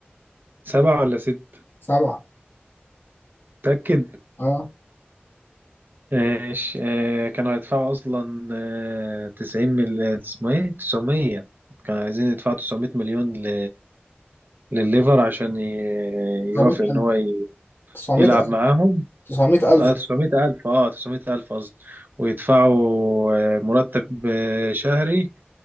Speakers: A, on the right (about 55°); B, on the left (about 60°).
A: سبعة ولا ستة
B: سبعة
A: متأكد
B: أه
A: ماشي آه، كانوا هيدفعوا أصلا آه، تسعين مل اسمه إيه تسعمية كانوا عايزين يدفعوا تسعمية مليون ل... لليفر عشان ي...
B: 900
A: يوافق إن
B: ألف
A: هو ي...
B: 900
A: يلعب
B: ألف
A: معاهم
B: 900 ألف
A: اه تسعمية ألف اه تسعمية ألف قصدي ويدفعوا آه، مرتب آه، شهري